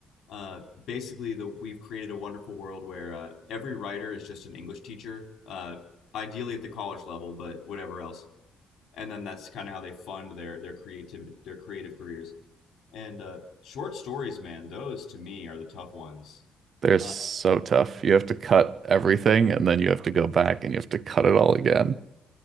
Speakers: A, on the left; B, on the right.
A: Uh, basically, the we've created a wonderful world where uh, every writer is just an English teacher, uh, ideally at the college level, but whatever else. and then that's kind of how they fund their their creativity, their creative careers. And uh, short stories, man, those to me are the tough ones.
B: They're
A: Uh,
B: so tough. You have to cut everything and then you have to go back and you have to cut it all again.